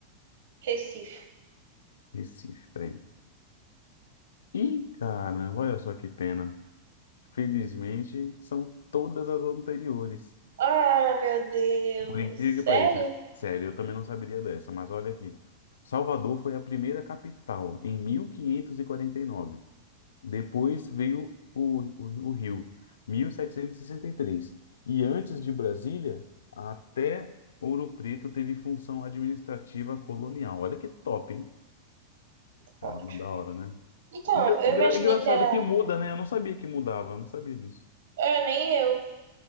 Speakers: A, on the right; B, on the left.
A: Recife.
B: Recife, peraí. Ih, caramba, olha só que pena. Felizmente, são todas as anteriores.
A: Ah, meu Deus.
B: Por incrível que
A: Sério?
B: pareça, sério, eu também não saberia dessa, mas olha aqui. Salvador foi a primeira capital em 1549. Depois veio o, o, o Rio, 1763. E sessenta e três. E antes de Brasília, até Ouro Preto teve função administrativa colonial. Olha que top, hein? Caramba,
A: Forte.
B: da hora, né?
A: Então,
B: Engra-
A: eu
B: engra-
A: imaginei
B: engraçado
A: que era.
B: que muda, né? Eu não sabia que mudava, eu não sabia disso.
A: É, nem eu.